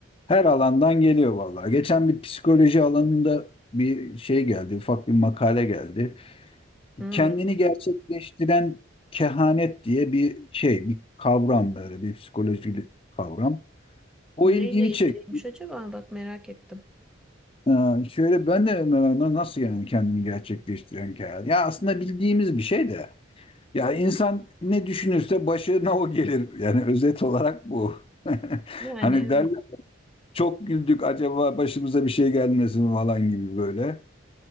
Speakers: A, on the left; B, in the centre.
A: Her alandan geliyor vallahi. Geçen bir psikoloji alanında bir şey geldi, ufak bir makale geldi.
B: Hmm.
A: Kendini gerçekleştiren kehanet diye bir şey, bir kavram böyle bir psikolojik kavram. O
B: Neyle
A: ilgimi çekti.
B: ilgiliymiş acaba? Bak merak ettim.
A: Ee, şöyle ben de mesela nasıl yani kendini gerçekleştiren karar? Ya aslında bildiğimiz bir şey de. Ya insan ne düşünürse başına o gelir. Yani özet olarak bu. <laughs>
B: Yani
A: Hani derler
B: evet.
A: çok güldük acaba başımıza bir şey gelmesin falan gibi böyle.